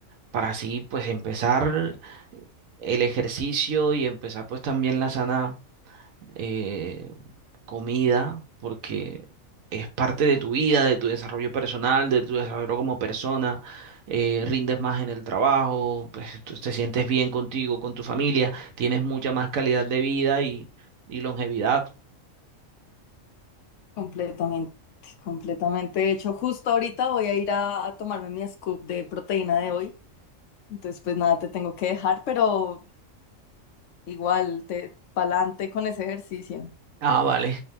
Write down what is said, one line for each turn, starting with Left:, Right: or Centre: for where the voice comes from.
Right: para así pues empezar el ejercicio y empezar pues también la sana eh, comida, porque es parte de tu vida, de tu desarrollo personal, de tu desarrollo como persona. eh, rindes más en el trabajo, pues tú te sientes bien contigo, con tu familia, tienes mucha más calidad de vida y y longevidad.
Left: Completamente, completamente. De hecho, justo ahorita voy a ir a, a tomarme mi scoop de proteína de hoy. Entonces, pues nada, te tengo que dejar, pero igual, te pa'lante con ese ejercicio.
Right: Ah, vale.